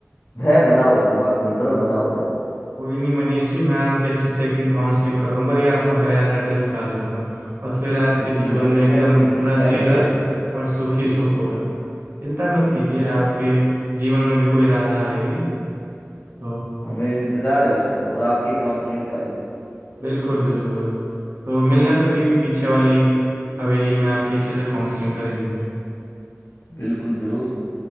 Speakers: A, on the left; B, on the right.
A: भय बना हुआ है दिमाग में डर बना हुआ है
B: कोई नहीं मनीष जी मैं आपकी अच्छे से एकदम काउंसलिंग करूंगा और ये आपका भय अंदर से निकाल दूंगा और फिर आपके
A: बिल्कुल
B: जीवन
A: मुझे
B: में
A: लगता
B: एकदम
A: है इसकी जरूरत
B: रस
A: है
B: ही
A: मुझे
B: रस और सुख ही सुख होगा चिंता मत कीजिए आपके जीवन में भी कोई राधा आएगी तो
A: हमें इंतजार है उसका और आपकी काउंसलिंग का भी
B: बिल्कुल बिल्कुल तो मिलना कभी पीछे वाली हवेली में आपकी अच्छे से काउंसलिंग करेंगे
A: बिल्कुल जरूर